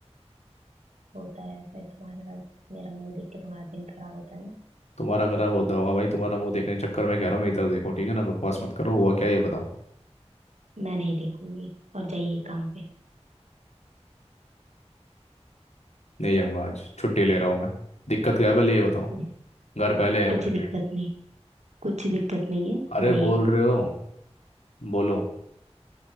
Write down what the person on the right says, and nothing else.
होता है ऐसा ही तुम्हारा मेरा मुंह देख के तुम्हारा दिन खराब होता है ना
मैं नहीं देखूंगी और जाइए काम पे
नहीं,
कुछ
दिक्कत
नहीं कुछ दिक्कत नहीं है
जाइए